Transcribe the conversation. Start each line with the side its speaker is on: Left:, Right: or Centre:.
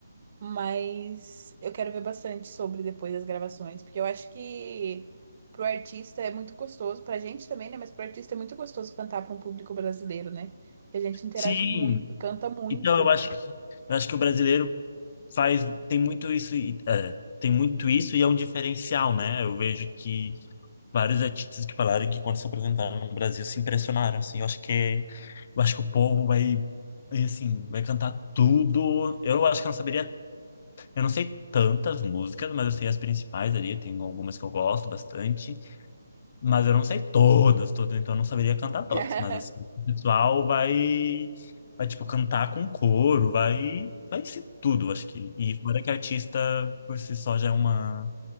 Right: Mas eu quero ver bastante sobre depois das gravações, porque eu acho que pro artista é muito gostoso, pra gente também, né? Mas pro artista é muito gostoso cantar pra um público brasileiro, né? Que a gente interage
Left: Sim,
Right: muito, canta muito.
Left: então eu acho que eu acho que o brasileiro faz tem muito isso e, é, tem muito isso e é um diferencial, né? Eu vejo que vários artistas que falaram que quando se apresentaram no Brasil se impressionaram, assim, eu acho que eu acho que o povo vai e, assim, vai cantar tudo. Eu acho que eu não saberia, eu não sei tantas músicas, mas eu sei as principais ali, tem algumas que eu gosto bastante, mas eu não sei todas, todas, então eu não saberia cantar todas,
Right: <laughs>
Left: mas assim, o pessoal vai vai tipo cantar com coro, vai vai ser tudo, eu acho que. E fora que artista por si só já é uma